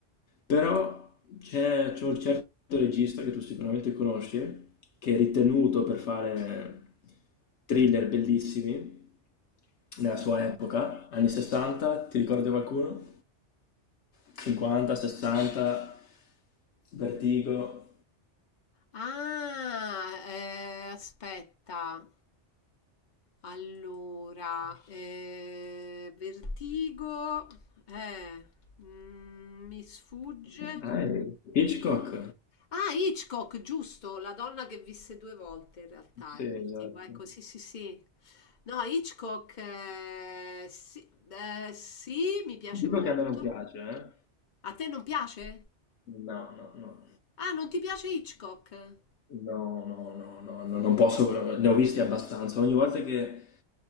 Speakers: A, on the left (about 70°); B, on the left (about 40°).
A: Però c'è, c'è un certo regista che tu sicuramente conosci, che è ritenuto per fare thriller bellissimi nella sua epoca, anni 60, ti ricordi qualcuno? 50, 60, Vertigo.
B: Ah, eh, aspetta. Allora, eh, Vertigo, eh, mm, mi sfugge.
A: Ah, eh, Hitchcock?
B: Ah, Hitchcock, giusto, la donna che visse due volte in realtà,
A: sì,
B: è Vertigo,
A: esatto.
B: ecco, sì, sì, sì. No, Hitchcock, eh, sì, eh, sì, mi piace
A: Dico
B: molto.
A: che a me non piace, eh?
B: A te non piace?
A: No, no, no.
B: Ah, non ti piace Hitchcock? Eh,
A: No, no, no, no, no, non posso, ne ho visti abbastanza. Ogni volta che,